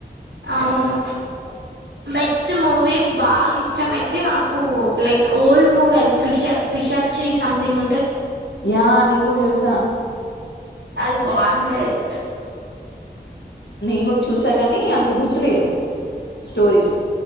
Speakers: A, on the right; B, on the left.
A: అవును
B: <unintelligible>
A: బెస్ట్ మూవీ బాగా ఇష్టం అయితే నాకు లైక్ ఓల్డ్ మూవీ అది పిష పిషాచి సంథింగ్ ఉ.
B: యా నేను కూడా చూసా.
A: అది బాగుంటాది.
B: నేను కూడా చూసాగాని అంత గుర్తులేదు స్టోరీ.